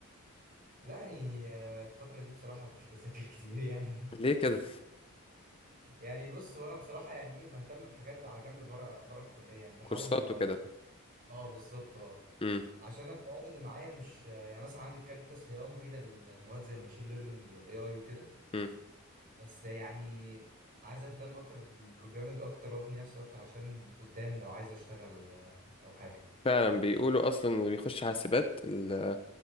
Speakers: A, on the right; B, on the left.
A: لا يعني آه، الفترة دي بصراحة مش بذاكر كتير يعني
B: ليه كده
A: <laughs> يعني بص وانا بصراحة يعني ايه بهتم بحاجات على جنب بره بره الكلية يعني بحاول
B: كورسات وكده
A: اه بالظبط اه
B: امم
A: عشان أنا المواد اللي معايا مش يعني مثلا عندي الكالكولس هي اه مفيدة للمواد زي الماشين ليرنينج والاي اي وكده
B: امم
A: بس يعني عايز اهتم اكتر بالبروجرامنج اكتر وابني نفسي اكتر عشان قدام لو عايز اشتغل آه، او حاجه
B: فعلا بيقولوا اصلا اللي بيخش حاسبات ال-